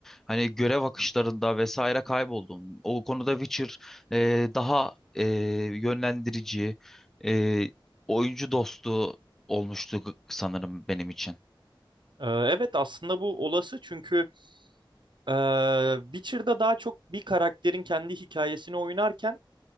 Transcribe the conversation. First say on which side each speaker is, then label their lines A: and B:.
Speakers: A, in the centre; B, on the right (about 60°).
A: Hani görev akışlarında vesaire kayboldum. O konuda Witcher e, daha e, yönlendirici, e, oyuncu dostu olmuştu sanırım benim için.
B: Ee, evet aslında bu olası çünkü e, Witcher'da daha çok bir karakterin kendi hikayesini oynarken